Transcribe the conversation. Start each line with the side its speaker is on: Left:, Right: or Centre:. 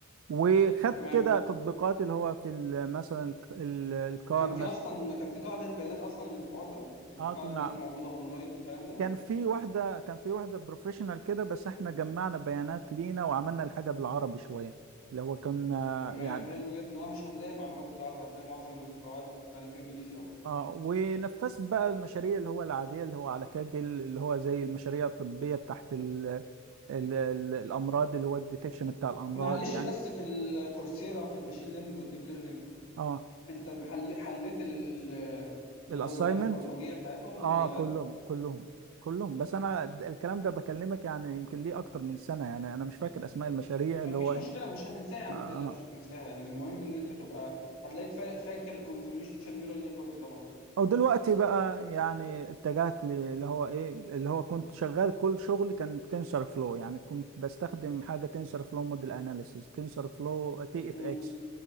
Right: وخدت
Left: تمام
Right: كده تطبيقات اللي هو في ال- مثلا الك- ال- الكار
Left: كان في
Right: مثلا
Left: اصلا كان في قاعده بيانات اصلا للحوار ده يعني
Right: اه
Left: في قاعده
Right: كنا
Left: بيانات موجوده اونلاين الكلام ده
Right: كان في واحدة كان في واحدة بروفيشنال كده بس احنا جمعنا بيانات لينا وعملنا الحاجة بالعربي شوية اللي هو كنا
Left: تمام
Right: يعني
Left: حلو جدا اه مش هتلاقي معلومات بالعربي هتلاقي معظم القواعد بيانات انجليزي اكتر
Right: اه ونفذت بقى المشاريع اللي هو العادية اللي هو على كاجل اللي هو زي المشاريع الطبية بتاعت ال ال ال الأمراض اللي هو الديتكشن بتاع الأمراض
Left: معلش
Right: يعني
Left: بس في الكورسيرا في الماشين ليرنينج والديب ليرنينج
Right: اه
Left: انت محل حليت ال- الوجبات
Right: الأسايمنت
Left: البرمجيه بتاعتهم
Right: اه
Left: واللابات
Right: كلهم كلهم كلهم بس أنا الكلام ده بكلمك يعني يمكن ليه أكتر من سنة يعني أنا مش فاكر أسماء المشاريع
Left: مفيش
Right: اللي هو
Left: مشكله
Right: إيه
Left: مش هتنساها
Right: اه
Left: ما
Right: آه.
Left: تقلقش مش هتنساها يعني المهم ان انت تبقى هتلاقيك فا- فاكر الكونفوليوشن نيورال نتورك طبعا
Right: او دلوقتي بقى يعني اتجهت لي- اللي هو ايه اللي هو كنت شغال كل شغلي كان تنسر فلو يعني كنت بستخدم حاجه تنسر فلو موديل اناليسيس تنسر فلو تي اف
Left: امم
Right: اكس